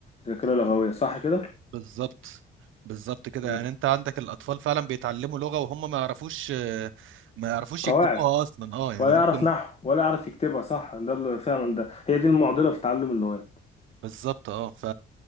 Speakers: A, on the left (about 30°); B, on the right (about 80°).
A: ذاكره لغويه صح كده
B: بالظبط بالظبط كده
A: مم.
B: يعني انت عندك الاطفال فعلا بيتعلموا لغة وهم ما يعرفوش آه، ما يعرفوش
A: قواعد
B: يكتبوها اصلا اه يعني
A: ولا
B: ممكن
A: يعرف نحو ولا يعرف يكتبها صح ده اللي فعلا ده هي دي المعضله في تعلم اللغات
B: بالظبط اه ف